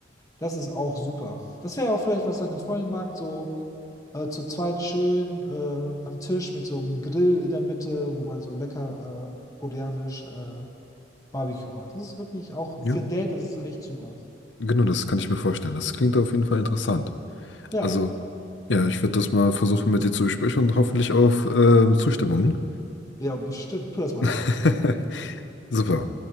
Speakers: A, on the left; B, on the left.
A: Das ist auch super. Das wäre auch vielleicht, was deine Freundin mag, so äh, zu zweit schön äh, am Tisch mit so einem Grill in der Mitte, wo man so lecker äh, koreanisch äh, Barbecue macht. Das ist wirklich auch
B: ja,
A: für ein Date, das ist echt super.
B: genau, das kann ich mir vorstellen. Das klingt auf jeden Fall interessant.
A: Ja,
B: Also, ja, ich werde das mal versuchen mit dir zu besprechen und hoffentlich auf ähm, Zustimmung.
A: ja, bestimmt. Tu das mal.
B: <laughs> Super.